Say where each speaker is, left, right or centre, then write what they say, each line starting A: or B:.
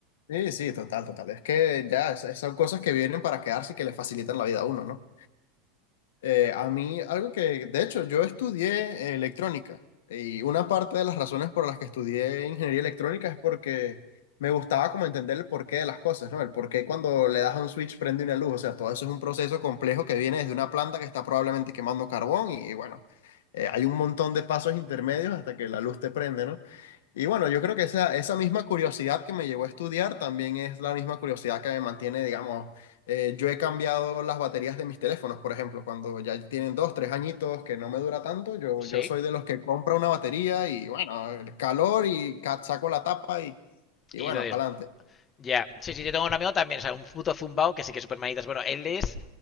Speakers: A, on the left; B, on the left.
A: Sí, sí, total, total. Es que ya es- son cosas que vienen para quedarse y que le facilitan la vida a uno, ¿no? Eh, a mí, algo que, de hecho, yo estudié eh, electrónica y una parte de las razones por las que estudié ingeniería electrónica es porque me gustaba como entender el porqué de las cosas, ¿no? El porqué cuando le das a un switch prende una luz, o sea, todo eso es un proceso complejo que viene desde una planta que está probablemente quemando carbón y, y bueno, eh, hay un montón de pasos intermedios hasta que la luz te prende, ¿no? Y bueno, yo creo que esa, esa misma curiosidad que me llevó a estudiar también es la misma curiosidad que me mantiene, digamos, eh, yo he cambiado las baterías de mis teléfonos, por ejemplo, cuando ya tienen dos, tres añitos que no me dura tanto, yo,
B: Sí.
A: yo soy de los que compra una batería y bueno, el calor y ca- saco la tapa y, y
B: Y
A: bueno,
B: lo de
A: para adelante.
B: Ya, sí, sí, yo tengo un amigo también, o sea, un puto zumbao que sí que es súper manitas. Bueno, él es